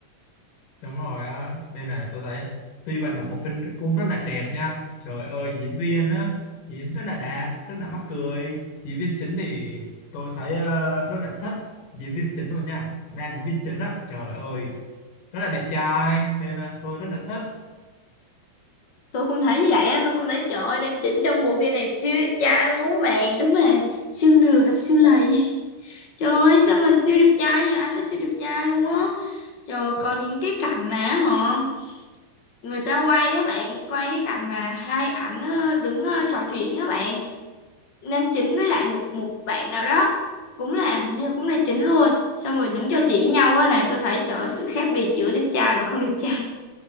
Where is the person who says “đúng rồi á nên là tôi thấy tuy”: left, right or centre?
Left